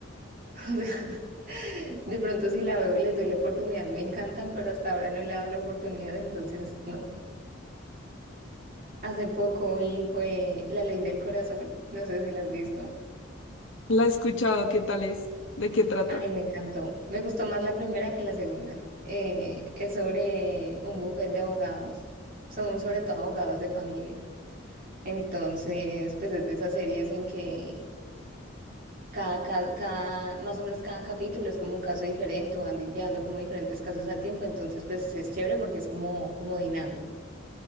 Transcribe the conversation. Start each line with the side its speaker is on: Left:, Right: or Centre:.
Right: O sea, de pronto si la veo y les doy la oportunidad, me encantan, pero hasta ahora no le he dado la oportunidad, entonces no. Hace poco vi fue La Ley del Corazón. No sé si la has visto.
Left: La he escuchado, ¿qué tal es? ¿De qué trata?
Right: Ay, me encantó. Me gustó más la primera que la segunda. Eh, es sobre un bufete de abogados. Son sobre todo abogados de familia. Entonces, pues es de esas series en que cada, ca- cada, más o menos cada capítulo es como un caso diferente o van di- llevando como diferentes casos al tiempo. Entonces, pues es chévere porque es como, como dinámico.